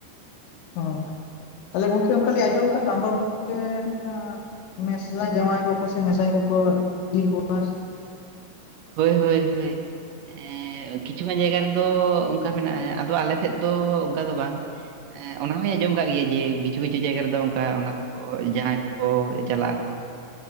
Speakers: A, on the left; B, on the right.
A: ᱚ ᱛᱟᱦᱞᱮ ᱜᱚᱝᱠᱮ ᱚᱱᱠᱟ ᱞᱤᱧ ᱟᱸᱡᱚᱢ ᱟᱠᱟᱫ ᱫᱚ, ᱟᱢᱵᱟᱵᱚᱛᱤ ᱨᱮ ᱚᱱᱠᱟ ᱢᱮᱥᱨᱟ ᱡᱟᱶᱟᱭ ᱠᱚᱠᱚ ᱥᱮ ᱢᱮᱥᱟᱭ ᱠᱚᱠᱚ ᱤᱫᱤ ᱠᱚᱣᱟ?
B: ᱦᱳᱭ ᱦᱳᱭ ᱦᱳᱭ ᱾ ᱮ ᱠᱤᱪᱷᱩ ᱜᱟᱱ ᱡᱟᱭᱜᱟ ᱨᱮᱫᱚ ᱚᱱᱠᱟ ᱢᱮᱱᱟᱜᱼᱟ, ᱟᱫᱚ ᱟᱞᱮ ᱥᱮᱫ ᱫᱚ ᱚᱱᱠᱟ ᱫᱚ ᱵᱟᱝ ᱾ ᱮᱸ ᱚᱱᱟ ᱦᱚᱸᱧ ᱟᱸᱡᱚᱢ ᱠᱟᱜ ᱜᱮᱭᱟ ᱡᱮ, ᱠᱤᱪᱷᱩ ᱠᱤᱪᱷᱩ ᱡᱟᱭᱜᱟ ᱨᱮᱫᱚ ᱚᱱᱠᱟ ᱚᱱᱟ ᱠᱚ ᱡᱟᱦᱟᱸᱭ ᱠᱚᱠᱚ ᱪᱟᱞᱟᱜ ᱟᱠᱚ